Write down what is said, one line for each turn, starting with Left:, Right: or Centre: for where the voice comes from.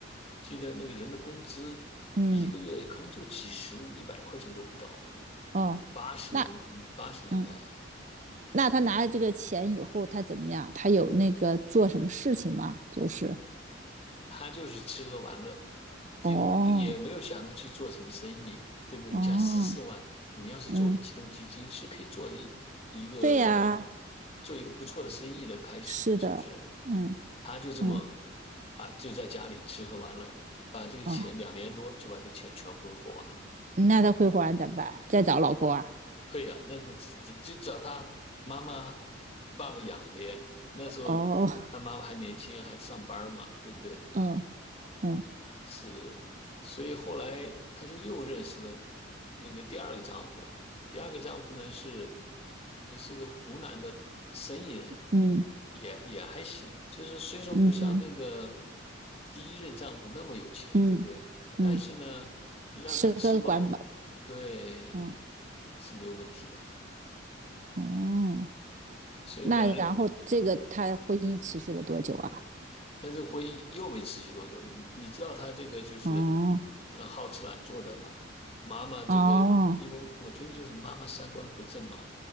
Left: 记得那个人的工资一个月可能就几十、
Right: 嗯，
Left: 一百块钱都不到，
Right: 哦，
Left: 八十年八十年代，
Right: 那嗯。那他拿了这个钱以后，他怎么样？他有那个做什么事情吗？就是
Left: 他就是吃喝玩乐，就也没有想着去做什么生意，
Right: 哦
Left: 对不对？
Right: 哦，
Left: 你想十四万，你要是做个启动基金，
Right: 嗯，
Left: 是可以做一一个
Right: 对呀、啊
Left: 做一个不错的生意的开始的，
Right: 是的，
Left: 是不是？
Right: 嗯
Left: 他就这么
Right: 嗯
Left: 把就在家里吃喝玩乐，把这个钱两年多就把这钱全挥霍完了。
Right: 哦，那他会还怎么办？再找老公啊？
Left: 对呀、那不就找他妈妈、爸爸养呗？那时候
Right: 哦，
Left: 他妈妈还年轻，还上班嘛，对不对？
Right: 嗯嗯
Left: 是，所以后来她就又认识了那个第二个丈夫。第二个丈夫呢是，呃，是个湖南的生意人，
Right: 嗯
Left: 也也还行。就是虽说不像那个
Right: 嗯嗯
Left: 第一任丈夫那么有钱，
Right: 嗯
Left: 对不对？但是呢，
Right: 嗯，
Left: 让他吃饱，
Right: 吃喝管饱，
Left: 对，
Right: 嗯
Left: 是没有问题的。
Right: 哦，
Left: 所以两人
Right: 那然后这个他婚姻持续了多久啊？
Left: 但是婚姻又没持续多久。你知道他这个就是，
Right: 哦
Left: 呃，好吃懒做的嘛。妈妈这个，
Right: 哦，
Left: 因为我觉得就是妈妈三观不正嘛，